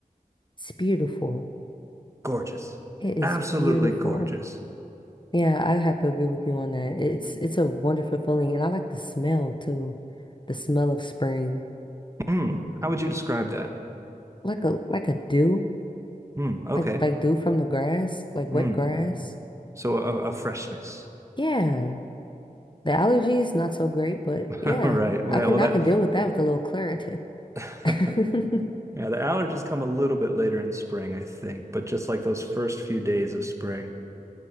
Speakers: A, on the left (about 30°); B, on the right (about 20°).
A: It's beautiful.
B: gorgeous.
A: It is
B: Absolutely
A: beautiful.
B: gorgeous.
A: Yeah, I have to agree with you on that. It's it's a wonderful feeling and I like the smell too. The smell of spring.
B: Hmm. How would you describe that?
A: Like a like a dew.
B: Hmm. Okay.
A: Like like dew from the grass, like wet
B: Hmm.
A: grass.
B: So a, a freshness.
A: Yeah. The allergies not so great, but
B: <laughs>
A: yeah,
B: All right. Yeah,
A: I can
B: well
A: I
B: that
A: can deal with that with a little Claritin.
B: <laughs>
A: <laughs>
B: yeah, the allergies come a little bit later in spring, I think, but just like those first few days of spring,